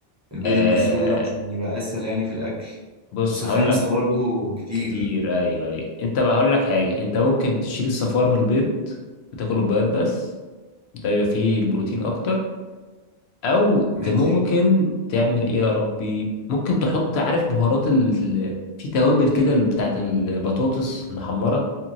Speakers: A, on the right; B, on the left.
A: البيض
B: آه
A: المسلوق ده عشان يبقى اسهل يعني في الاكل
B: بص
A: اصل
B: هقول
A: خمسة
B: لك
A: برضو كتير
B: كتير ايوه ايوه انت بقى هقول لك حاجة انت ممكن تشيل الصفار من البيض وتاكل البيض بس ده بيبقى فيه البروتين اكتر او
A: ماشي
B: ت- ممكن تعمل ايه يا ربي ممكن تحط عارف بهارات ال... ال- في توابل كده بتاعت البطاطس المحمرة